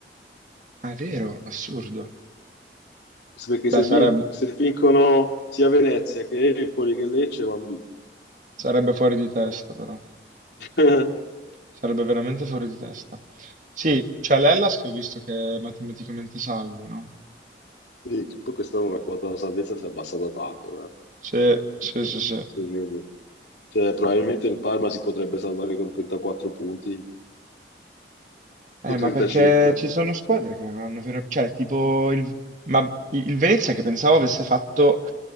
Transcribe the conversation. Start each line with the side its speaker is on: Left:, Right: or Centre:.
Right: Ah, è vero, assurdo.
Left: Se- perché se,
Right: Beh,
Left: vin-
Right: sareb-
Left: se vincono sia Venezia che Empoli che Lecce va in B.
Right: sarebbe, fuori di testa, però.
Left: <laughs>
Right: Sarebbe veramente fuori di testa. Sì, c'è l'Hellas che ho visto che è matematicamente salvo, no?
Left: Sì, che poi quest'anno la quota della salvezza si è abbassata tanto, eh,
Right: Sì, sì, sì, sì.
Left: se vedi. Cioè, probabilmente il Parma si potrebbe salvare con 34 punti
Right: Eh,
Left: o
Right: ma
Left: 35.
Right: perché ci sono squadre che non hanno vero... Cioè, tipo il... Ma il Venezia che pensavo avesse fatto